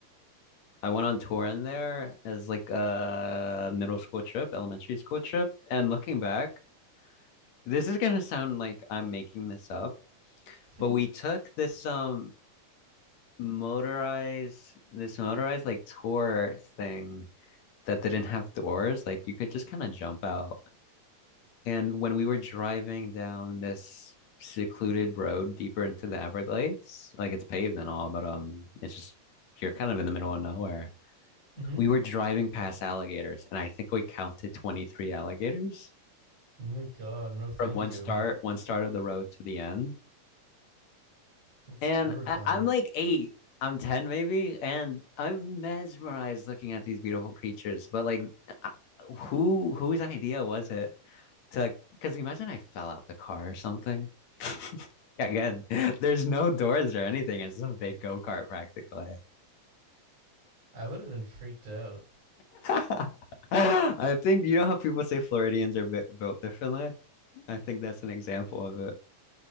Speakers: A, on the left; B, on the right.
A: I went on tour in there as like a middle school trip, elementary school trip, and looking back, this is gonna sound like I'm making this up,
B: <laughs> mm-hmm.
A: but we took this um motorized this motorized like tour thing that didn't have doors. Like you could just kind of jump out. And when we were driving down this secluded road deeper into the Everglades, like it's paved and all, but um, it's just you're kind of in the middle of nowhere.
B: Oh
A: We were driving past alligators, and I think we counted 23 alligators
B: my god, no, thank
A: from one
B: you.
A: start, one start of the road to the end.
B: That's
A: And
B: terrifying.
A: I, I'm like eight, I'm 10 maybe, and I'm mesmerized looking at these beautiful creatures. But like, I- who whose idea was it? to because imagine I fell out the car or something. <laughs> Again, there's no doors or anything. It's just a big go-kart practically.
B: I would have been freaked out.
A: <laughs> I think you know how people say Floridians are bu- built differently? I think that's an example of it.